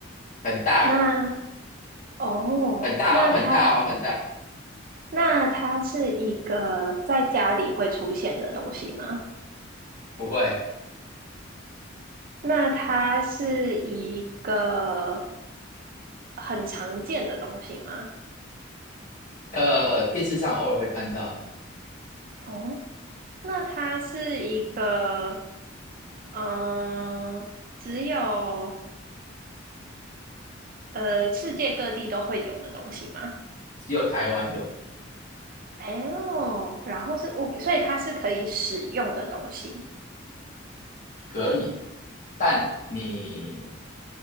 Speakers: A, on the left; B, on the right.
A: 很大，
B: 那哦，
A: 很大哦，
B: 那它
A: 很大哦，很大。
B: 那它是一个在家里会出现的东西吗？
A: 不会，
B: 那它是一个很常见的东西吗？
A: 呃，电视上偶尔会看到，
B: 哦，那它是一个，呃，只有呃世界各地都会有的东西吗？
A: 只有台湾有，
B: 哦，然后是物品，所以它是可以使用的东西。
A: 可以，但你